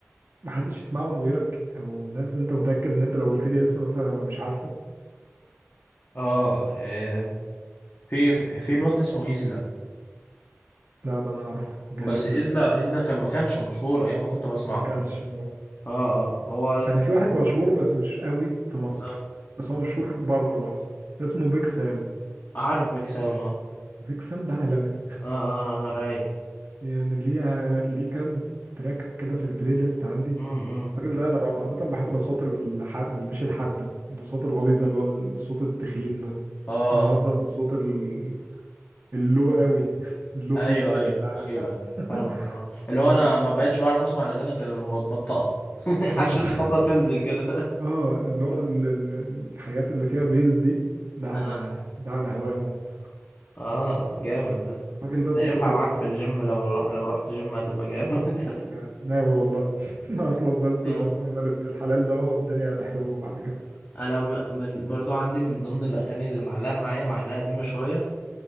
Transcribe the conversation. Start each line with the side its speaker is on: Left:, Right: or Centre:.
Right: محدش يسمعهم غيرك او ناس انت متأكد ان انت لو قلت لي اسم مثلا هبقى مش عارفه
Left: اه آم، في في الواد اسمه ايزلا
Right: لا ده انا عارفه جلت
Left: بس ايزلا
Right: منك ده
Left: ايزلا كان ما كانش مشهور ايام ما كنت بسمعه
Right: ما كانش
Left: اه اه هو
Right: انا في واحد مشهور بس مش قوي في مصر
Left: اه
Right: بس هو مشهور بره مصر اسمه بيك سام
Left: عارف بكسام اه
Right: بيك سام ده عالمي
Left: اه اه آه، رايق
Right: يعني ليه ع- ليه كام تراك كده في البلاي ليست عندي
Left: امم
Right: الراجل ده انا بح- عامه بحب الاصوات الح... اللي مش الحاده الاصوات الغليظه اللي هو الصوت التخين ده
Left: اه
Right: نبره الصوت ال... اللو قوي <laughs> اللو
Left: ايوه
Right: بيتش دي
Left: ايوه
Right: انت عارفها
Left: ايوه ايوه
Right: <laughs>
Left: فاهمك اه اللي هو
Right: انا
Left: انا ما بقتش بعرف اسمع الاغاني غير متبطئه <laughs> عشان
Right: اه
Left: النبرة تنزل كده
Right: اه اللي هو ال- ال- الحاجات اللي فيها بيز دي ده
Left: <laughs> آه.
Right: ده على هوايا موت
Left: اه جامد ده
Right: الراجل ده صوته
Left: ده ينفع
Right: كده
Left: معاك في الجيم لو روح لو رحت جيم هتبقى جامد
Right: آه، ناوي والله <laughs> هخلص بس
Left: <laughs>
Right: من
Left: آه.
Right: الفاينل ابن الحلال ده والدنيا هتحلو بعد كده
Left: انا م- من برضو عندي من ضمن الاغاني اللي معلقه معايا مع انها قديمه شويه